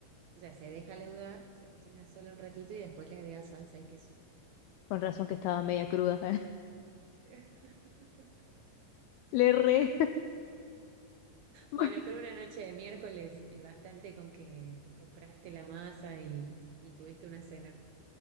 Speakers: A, on the right; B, on the left.
A: o sea, se deja leudar, se cocina sola un ratito y después le agrega salsa y queso.
B: Con razón que estaba media cruda. <laughs>
A: <laughs>
B: Le re. <laughs>
A: Bueno, pero una noche de miércoles, eh, bastante con que compraste la masa y, y tuviste una cena.